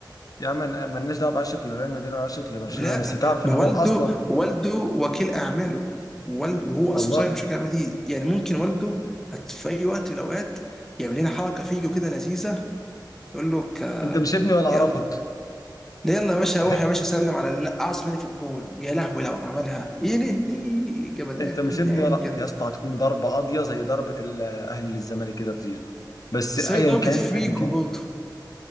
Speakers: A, on the left (about 50°); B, in the centre.
A: يا عم أنا- مالناش دعوه بعشق لريال مدريد ولا عشق لبرشلونه
B: لا
A: بس تعرف
B: ما
A: ان هو
B: والده
A: اصلا
B: والده وكيل اعماله والد وهو
A: والله
B: اصلا صغير في شركه الاعمال دي يعني ممكن والده أت- في اي وقت من الاوقات يعمل لنا حركه فيجو كده لذيذه يقول له ك-
A: انت مش ابني ولا
B: يلا
A: اعرفك
B: لا يلا يا باشا
A: <laughs>
B: روح يا باشا سلم على ال- اعظم نادي في الكون يا لهوي لو عملها ايه ليه ليه جمدان
A: انت مش
B: جمدان
A: ابني ولا
B: بجد
A: يا اسطى هتكون ضربه قاضيه زي ضربه ال- الاهلي للزمالك كده في زيزو بس
B: زي
A: ايا
B: ضربة
A: كان
B: فيجو
A: ايا كان
B: برضه